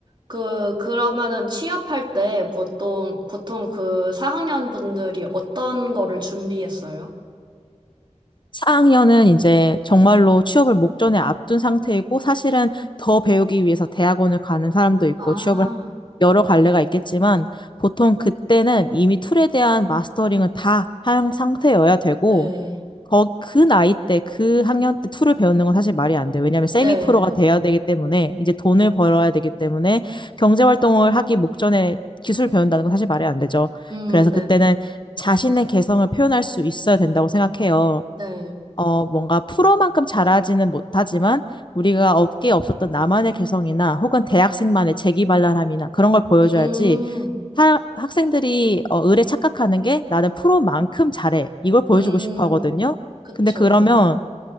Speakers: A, on the right; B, on the left.
A: 그, 그러면은 취업할 때 보통, 보통 그 4학년 분들이 어떤 거를 준비했어요?
B: 4학년은 이제 정말로 취업을 목전에 앞둔 상태이고 사실은 더 배우기 위해서 대학원을 가는 사람도 있고
A: 아,
B: 취업을 여러 갈래가 있겠지만 보통 그때는 이미 툴에 대한 마스터링은 다 한 상태여야 되고
A: 네.
B: 거, 그 나이 때, 그 학년 때 툴을 배우는 건 사실 말이 안 돼요. 왜냐하면 세미
A: 네,
B: 프로가
A: 네.
B: 돼야 되기 때문에 이제 돈을 벌어야 되기 때문에 경제 활동을 하기 목전에 기술 배운다는 건 사실 말이 안 되죠.
A: 음,
B: 그래서 그때는
A: 네, 네.
B: 자신의 개성을 표현할 수 있어야 된다고 생각해요.
A: 네.
B: 어, 뭔가 프로만큼 잘하지는 못하지만 우리가 업계에 없었던 나만의 개성이나 혹은 대학생만의 재기발랄함이나 그런 걸 보여줘야지
A: 음,
B: 하, 학생들이 어, 을에 착각하는 게 나는 프로만큼 잘해. 이걸 보여주고
A: 음,
B: 싶어 하거든요.
A: 그쵸.
B: 근데 그러면